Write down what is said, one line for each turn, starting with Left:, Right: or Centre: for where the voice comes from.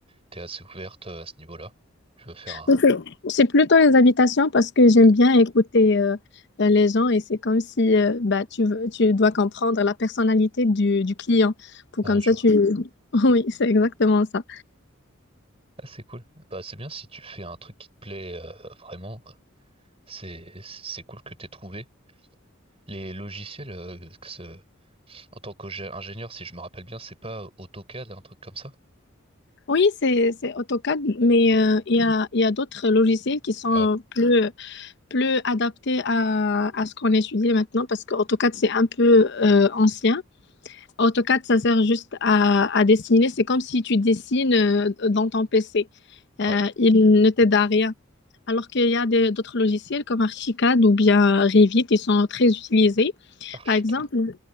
Right: t'es assez ouverte euh, à ce niveau-là? Tu veux faire un...
Left: Mais C'est c'est plutôt les habitations parce que j'aime
Right: Ouais.
Left: bien écouter euh, les gens et c'est comme si euh, bah, tu, veux- tu dois comprendre la personnalité du, du client pour
Right: Ah,
Left: comme
Right: je
Left: ça tu... <laughs> Oui, c'est exactement ça.
Right: Ah, c'est cool. Bah, c'est bien si tu fais un truc qui te plaît euh, vraiment. C'est c'est cool que t'aies trouvé. Les logiciels, euh, que ce- en tant qu'ingénieur, si je me rappelle bien, c'est pas AutoCAD, un truc comme ça?
Left: Oui, c'est c'est AutoCAD, mais
Right: Ouais.
Left: euh, il y a, il y a d'autres logiciels qui sont
Right: Ah ouais,
Left: plus, plus adaptés à, à ce qu'on étudie maintenant parce que AutoCAD, c'est un peu euh, ancien. AutoCAD, ça sert juste à, à dessiner. C'est comme si tu dessines euh, dans ton PC. Euh,
Right: Ah ouais.
Left: il ne t'aide à rien. Alors qu'il y a des- d'autres logiciels comme Archicad ou bien Revit, ils sont très utilisés.
Right: Archicad.
Left: Par exemple, euh,